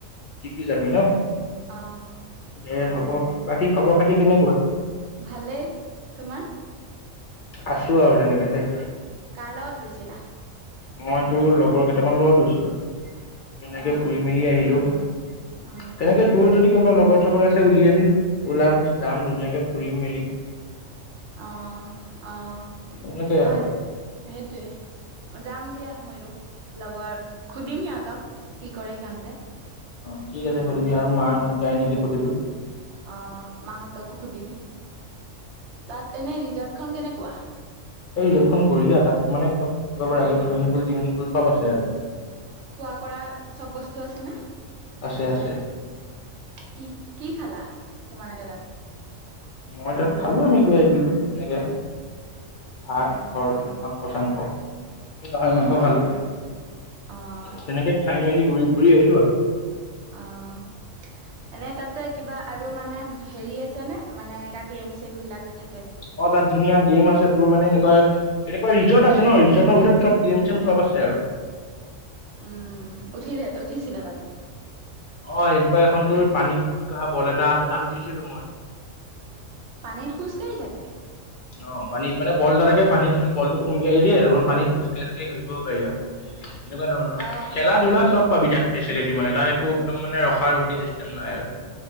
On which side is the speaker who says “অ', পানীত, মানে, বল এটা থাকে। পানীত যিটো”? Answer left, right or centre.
Left